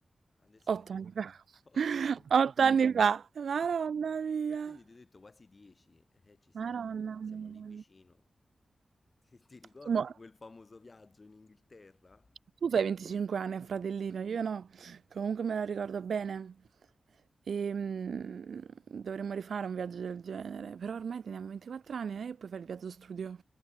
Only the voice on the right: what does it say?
8
anni fa.
<laughs>
8
anni fa. Madonna mia.
Madonna
mia.
Tu, mo-
tu fai 25 anni, a fratellino, io no. Comunque me la ricordo bene. E, mm, dovremmo rifare un viaggio del genere. Però ormai teniamo 24 anni eh, e puoi fare il viaggio studio.